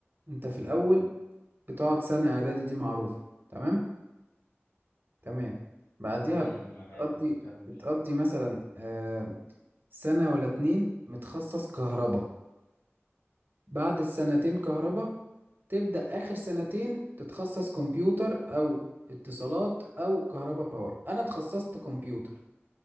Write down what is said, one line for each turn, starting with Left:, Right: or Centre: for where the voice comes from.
Right: انت في الاول بتقعد سنه اعدادي دي معروفه تمام تمام بعديها
Left: مم، معاك
Right: بتقضي
Left: كمل
Right: بتقضي مثلا آه، سنه ولا اتنين متخصص كهرباء بعد السنتين كهرباء تبدا اخر سنتين تتخصص كمبيوتر او اتصالات او كهرباء باور انا اتخصصت كمبيوتر